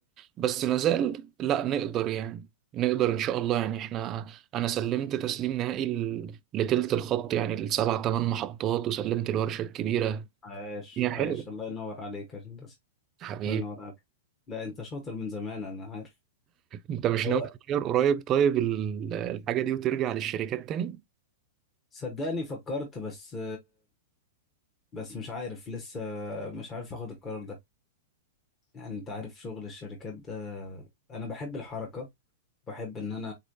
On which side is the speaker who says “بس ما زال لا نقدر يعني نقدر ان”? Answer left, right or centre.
Right